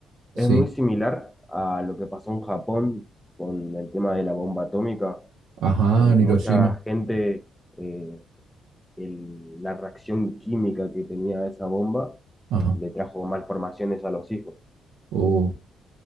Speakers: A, in the centre; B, on the right (about 85°).
A: Es
B: Sí.
A: muy similar a lo que pasó en Japón con el tema de la bomba atómica,
B: Ajá,
A: donde
B: en Hiroshima.
A: mucha gente, eh, el- la reacción química que tenía esa bomba
B: Ajá.
A: le trajo malformaciones a los hijos.
B: Uh,